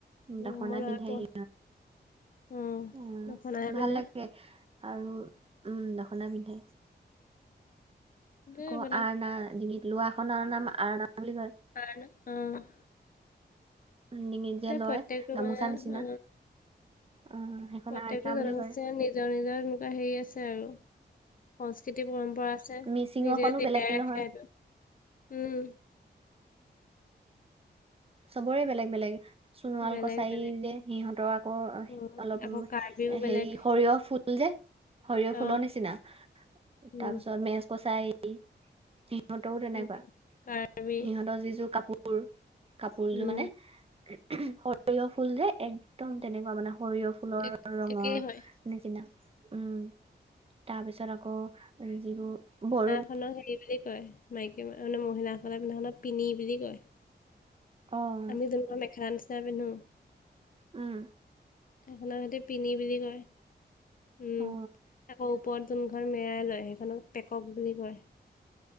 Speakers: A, on the left (about 50°); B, on the right (about 35°).
A: উ
B: দখনা
A: মই নাই
B: পিন্ধেহি
A: পোৱা উম
B: অ
A: দখনাহে
B: ভাল
A: পিন্ধে
B: লাগে আৰু উম দখনা পিন্ধে
A: দে
B: আকৌ
A: মানে
B: আৰনা, ডিঙিত লোৱাখনৰ নাম আৰনা বুলি কয়।
A: আৰানা উম'
B: ডিঙিত যে লয়,
A: প্ৰত্যেকটো
B: গামোচা
A: মানে
B: নিচিনা,
A: অ
B: অ' সেইখন
A: প্ৰত্যেকটো
B: আৰনা
A: জনগোষ্ঠীৰে
B: বুলি কয়
A: নিজৰ-নিজৰ তেনেকুৱা হেৰি আছে আৰু সংস্কৃতি পৰম্পৰা আছে,
B: মিচিঙৰখনো
A: নিজে জীয়াই
B: বেলেগ
A: ৰাখে
B: নহয়
A: এইটো, উম'
B: চবৰে বেলেগ-বেলেগ সোণোৱাল
A: বেলেগ
B: কছাৰী
A: বেলেগ
B: যে, সিহঁতৰ আকৌ
A: অ
B: অলপ
A: আকৌ কাৰ্বিও বেলেগ
B: হেৰি সৰিয়হ ফু ফুল যে সৰিয়হ
A: অ
B: ফুলৰ নিচিনা
A: উম
B: তাৰ পিছত মেজ কছাৰী সিহঁতৰো তেনেকুৱা
A: উম কাৰ্বি
B: সিহঁতৰ যি যোৰ কাপোৰ কাপোৰযোৰ
A: উম
B: মানে সৰিয়হ ফুল যে একদম তেনেকুৱা মানে সৰিয়হ ফুল ফুলৰ
A: এক
B: ৰঙৰ
A: একেই হয়
B: নিচিনা। উম, তাৰপিছত আকৌ যিবোৰ বড়ো
A: খনক হেৰি বুলি কয়, মাইকী মানে মহিলাসকলে পিন্ধা খনক পিনি বুলি কয়।
B: অঁ
A: আমি যোনখন মেখেলা নিচিনাকে পিন্ধো।
B: উম।
A: এখনৰ সৈতি পিনি বুলি কয়। উম,
B: অ
A: আকৌ ওপৰত যোনখন মেৰাই লয়, সেইখনক পেকক বুলি কয়।